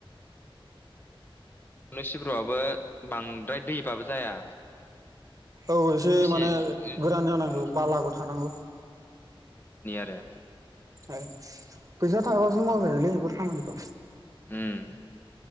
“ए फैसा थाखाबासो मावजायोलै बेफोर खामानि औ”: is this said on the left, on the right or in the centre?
Right